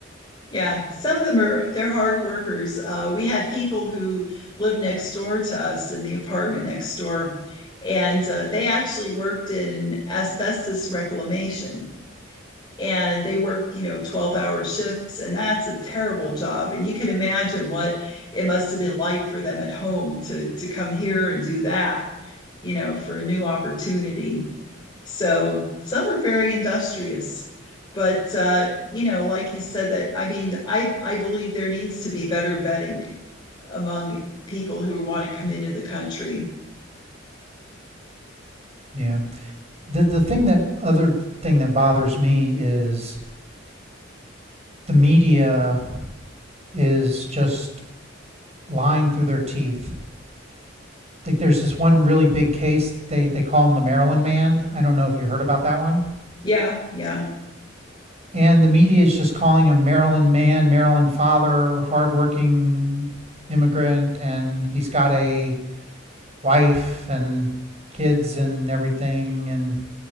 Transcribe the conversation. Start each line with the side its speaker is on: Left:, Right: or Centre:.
Left: Yeah. Some of them are, they're hard workers. Uh, we had people who lived next door to us in the apartment next door, and uh, they actually worked in asbestos reclamation. And they worked, you know, 12 hour shifts, and that's a terrible job. And you could imagine what it must have been like for them at home to to come here and do that, you know, for a new opportunity. So some are very industrious. But uh, you know, like you said, that I mean, I I believe there needs to be better vetting among people who want to come into the country.
Right: Yeah. The the thing that other thing that bothers me is the media is just lying through their teeth. Like there's this one really big case. They they call him the Maryland Man. I don't know if you heard about that one.
Left: Yeah, yeah.
Right: and the media is just calling him Maryland man, Maryland father, hardworking immigrant, and he's got a wife and kids and everything. And